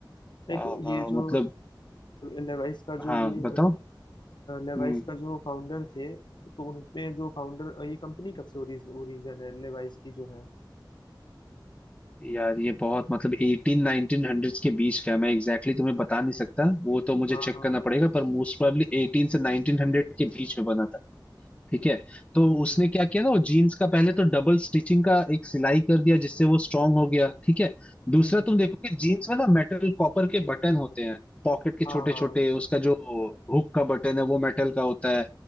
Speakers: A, on the left; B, on the left.
A: नहीं
B: अ,
A: तो ये जो
B: मतलब
A: लेवाइस का
B: अ,
A: जो
B: हाँ
A: ये
B: बताओ
A: लेवाइस
B: हम्म
A: का जो फाउंडर थे तो उनमें जो फाउंडर ये कंपनी कब से ओरिजिन ओरिजिन है लेवाइस की जो है
B: यार ये बहुत मतलब एटीन नाइनटीन हंड्रेड्स के बीच का है मैं एग्जैक्टली exactly तुम्हें बता नहीं सकता वो तो मुझे
A: हाँ
B: चेक
A: हाँ
B: करना
A: हाँ
B: पड़ेगा
A: हाँ।
B: पर मोस्ट प्रोबेबली एटीन से नाइनटीन हंड्रेड के बीच में बना था ठीक है तो
A: हम्म
B: उसने क्या किया ना वो जीन्स का पहले तो डबल स्टिचिंग का एक सिलाई कर दिया जिससे वो स्ट्रांग हो गया ठीक है दूसरा
A: हम्म हम्म।
B: तुम देखो कि जीन्स में ना मेटल कॉपर के बटन होते हैं पॉकेट के
A: हाँ
B: छोटे
A: हाँ
B: छोटे उसका जो हुक का बटन है वो मेटल का होता है